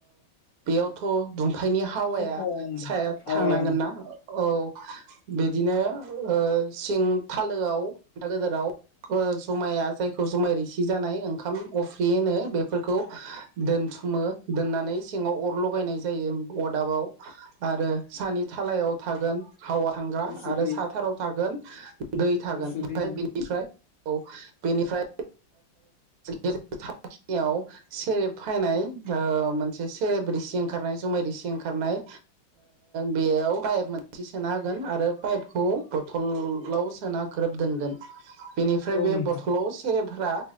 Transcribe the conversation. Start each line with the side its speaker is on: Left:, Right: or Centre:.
Right: बेयावथ' ओखायनि हावाया
Left: खफं
Right: साया
Left: हावाया
Right: थांनांगोनना औ बे बिदिनो सिं थालोआव बान्था गदोराव जुमाया जायखौ जुमाय रिसि जानाय ओंखाम अफ्रि होनो बेफोरखौ दोनथुमो दोननानै सिङाव अर लगायनाय जायो अरदाबाव आरो सानि थालायाव थागोन हावा थांग आरो
Left: गुसु दै
Right: साथाराव थागोन दै थागोन
Left: गुसु
Right: ओमफ्राय
Left: दैनि
Right: बेनिफ्राय बेनिफ्राय गखियाव सेरेब फैनाय मोनसे सेरेबसि ओंखारनाय जुमाय रसि ओंखारनाय बेयाव बाइ मोनसे सोना होगोन आरो पाइपखौ बथलाव सोना ग्रोब दोनगोन बेनिफ्राय
Left: औ
Right: बे
Left: नोंथां
Right: बथलाव सेरे मानसिफोरा